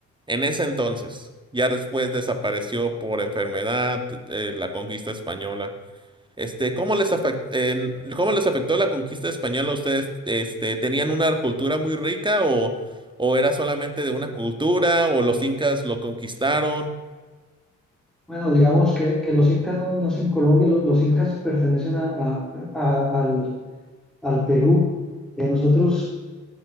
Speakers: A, on the right; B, in the centre.
A: En ese entonces, ya después desapareció por enfermedad, eh, la conquista española. Este, ¿cómo les afect- en- cómo les afectó la conquista española a ustedes? Este, ¿tenían una cultura muy rica o, o era solamente de una cultura o los incas lo conquistaron?
B: Bueno, digamos que, que los incas no, no es en Colombia, lo- los, incas pertenecen a, a- a- al, al Perú. Eh, nosotros